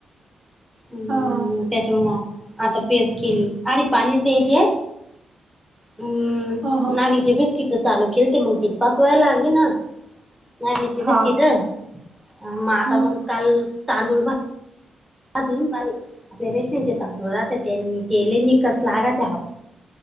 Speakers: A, in the centre; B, on the right (about 50°).
A: हम्
B: हा हा
A: त्याच्यामु आता पेज केली आधी पाणीच द्यायचे हम्म
B: हा हा
A: नाचे बिस्किट चालू केल ते मग ती पाचवायला लागली ना नाटलीची बिस्किट
B: हा
A: म आता
B: हम्म
A: मग काल तांदूळ भा अजून बाले आपल्या रेस्टॉरेंट चे तांदूळ राहतात त्यांनी तेले निकसलागा त्या ह